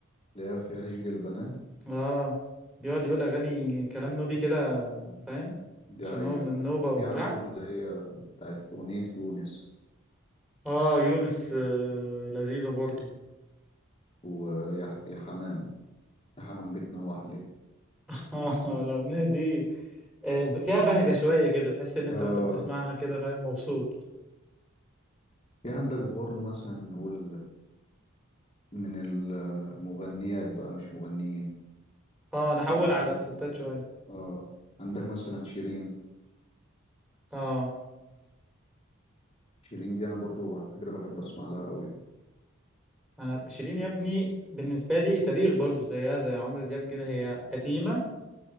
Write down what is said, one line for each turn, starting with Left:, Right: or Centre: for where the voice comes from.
Left: اللي هي في عشق البنات
Centre: اه بيقعد يقول أغاني كلام نوبي كده فاهم
Left: دي
Centre: عشان
Left: حقيقه
Centre: هو من
Left: فعلا
Centre: نوبة وبتاع
Left: في عنده اللي هي بتاعت اغنيه يونس
Centre: اه يونس آه لذيذة برضو
Left: ويا يا حمام حمام بتنوح ليه
Centre: <laughs> اه الأغنية دي آه ب- فيها بهجة شوية كده تحس إن أنت
Left: اه
Centre: وأنت بتسمعها كده فاهم مبسوط
Left: في عندك برضه مثلا نقول من المغنيات بقى مش مغنيين
Centre: اه نحول
Left: في مثلا
Centre: على الستات شوية
Left: اه عندك مثلا شيرين
Centre: اه
Left: شيرين دي انا برضو على فكرة بحب اسمع لها قوي
Centre: انا شيرين يا ابني بالنسبه لي تاريخ برضو زيها زي عمرو دياب كده هي قديمه